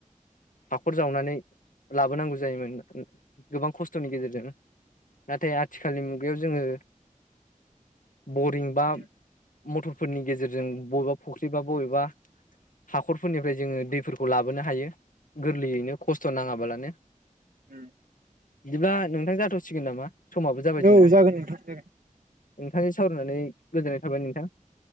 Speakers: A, on the left; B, on the right.
A: हाखर जावनानै लाबोनांगौ जायोमोन। <inaudible> गोबां खस्थ'नि गेजेरजों नाथाय आथिखालनि मुगायाव जोङो। बरिं बा।
B: उम
A: मटरफोरनि गेजेरजों बबेबा फुख्रि बा बबेबा हाखरफोरनिफ्राय जोङो दैफोरखौ लाबोनो हायो। गोरलैयैनो खस्थ' नाङाबालानो।
B: उम
A: बिदिबा नोंथां जाथावसिगोन नामा। समाबो जाबाय जोंना
B: औ जागोन नोंथां जागोन।
A: नोंथांजों सावरायनानै गोजोननाय थाबाय नोंथां।